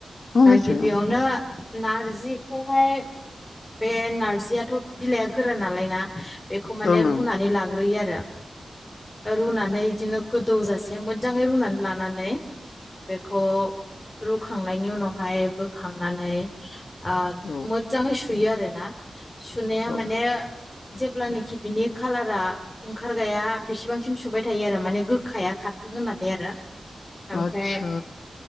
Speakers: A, on the left; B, on the left.
A: औ निस्सय
B: गिबियावनो नार नारजिखौहाय बे नारजियाथ' बिलाइआ गोरा नालाय ना बेखौ
A: ओं
B: माने रुनानै
A: ओं
B: लाग्रोयो आरो रुनानै बिदिनो गोदौ जासि मोजजाङै रुनानै लानानै बेखौ रुखांनायनि उनावहाय बोखांनानै ओ
A: ओं
B: मोजजाङै सुयो आरोना सुनाया
A: औ
B: माने जेब्लानोाखि बिनि खाालारा ओंखारगाया बिसेबांसिम सुबाय थायो आरो माने गोखाया खार थों होननानै आरो ओमफ्राय
A: आदसा